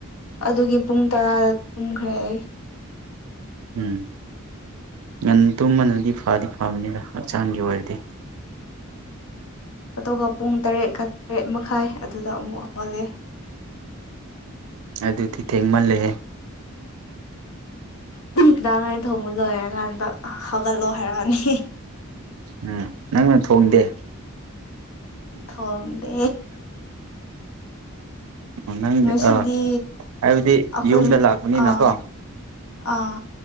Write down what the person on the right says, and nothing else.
ꯎꯝ ꯉꯟꯅ ꯇꯨꯝꯕꯅꯗꯤ ꯐꯗꯤ ꯐꯕꯅꯤꯗ ꯍꯛꯆꯥꯡꯒꯤ ꯑꯣꯏꯔꯗꯤ
ꯑꯗꯨꯗꯤ ꯊꯦꯡꯃꯜꯂꯦꯍꯦ
ꯎꯝ ꯅꯪꯅ ꯊꯣꯡꯗꯦ
ꯅꯪ
ꯑꯥ ꯍꯥꯏꯕꯗꯤ
ꯌꯨꯝꯗ ꯂꯥꯛꯄꯅꯤꯅꯀꯣ